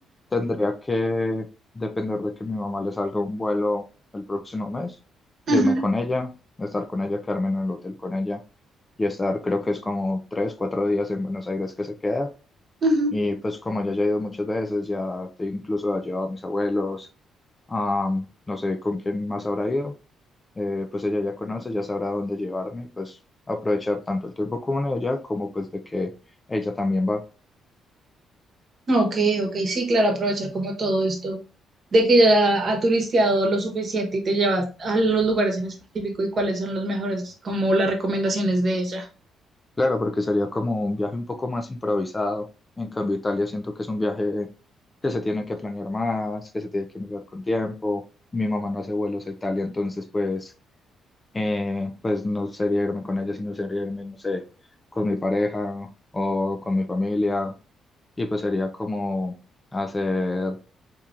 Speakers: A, on the left; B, on the right.
A: tendría que depender de que mi mamá le salga un vuelo el próximo mes, irme
B: Ujú,
A: con ella, estar con ella, quedarme en el hotel con ella y estar creo que es como tres, cuatro días en Buenos Aires que se queda.
B: ujú.
A: Y pues como ya he ido muchas veces, ya te incluso ha llevado a mis abuelos, am, no sé con quién más habrá ido, eh, pues ella ya conoce, ya sabrá dónde llevarme y pues aprovechar tanto el tiempo con ella como pues de que ella también va.
B: Ok, ok, sí, claro, aprovechar como todo esto de que ya ha turisteado lo suficiente y te llevas a los lugares en específico y cuáles son los mejores, como las recomendaciones de ella.
A: Claro, porque sería como un viaje un poco más improvisado. En cambio, Italia siento que es un viaje que se tiene que planear más, que se tiene que mirar con tiempo. Mi mamá no hace vuelos a Italia, entonces pues, eh, pues no sería irme con ella, sino sería irme, no sé, con mi pareja o con mi familia. Y pues sería como hacer